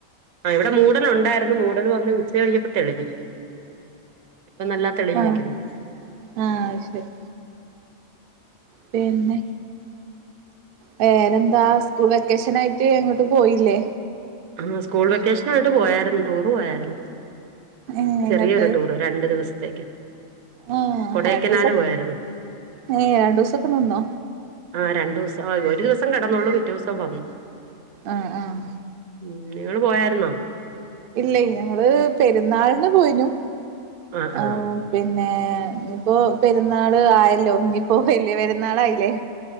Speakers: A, on the right (about 85°); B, on the right (about 65°).
A: ആ ഇവിടെ മൂടല് ഒണ്ടായിരുന്നു മൂടൽ വന്ന് ഉച്ച കഴിഞ്ഞപ്പോ തെളിഞ്ഞ് ഇപ്പം നല്ല തെളിഞ്ഞുനിക്കുന്നു
B: ആഹ് ആഹ് ശരി പിന്നെ വേറെന്താ സ്കൂൾ വെക്കേഷൻ ആയിട്ട് എങ്ങോട്ടും പോയില്ലേ
A: ആ സ്കൂൾ വെക്കേഷനായിട്ട് പോയാര്ന്നു ടൂറ് പോയാരുന്നു
B: ഏ
A: ചെറിയൊരു
B: എങ്ങട്ട്
A: ടൂറ് രണ്ടു ദിവസത്തേക്ക്
B: ആ
A: കൊടൈക്കനാല്
B: ആൻ <unintelligible> ഡ്രൂസ്
A: പോയായിരുന്നു
B: രണ്ടു ദിവസവൊക്കെ നിന്നോ
A: ആഹ് രണ്ട് ദെവുസം ആ ഒരുദെവസം കെടന്നുള്ളൂ പിറ്റേ ദെവസം വന്നു
B: ആഹ് ആഹ്
A: ഉം നിങ്ങള് പോയാര്ന്നോ
B: ഇല്ലയ് ഞങ്ങള് പെരുന്നാളിന് പോയിനു
A: ആ ആ
B: ആഹ് പിന്നെ ഇപ്പോ പെരുന്നാള് ആയല്ലോ ഇന്നിയിപ്പോ വല്യ പെരുന്നാള് ആയില്ലേ